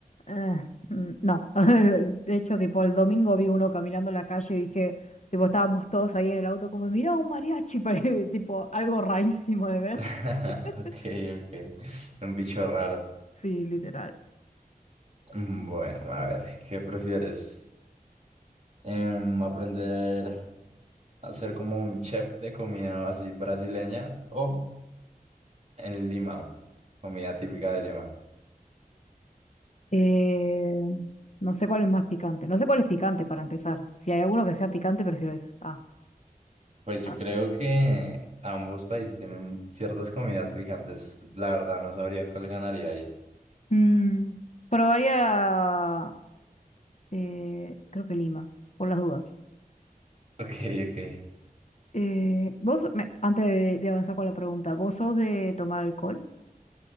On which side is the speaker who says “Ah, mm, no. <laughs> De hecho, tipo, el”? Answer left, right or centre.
Left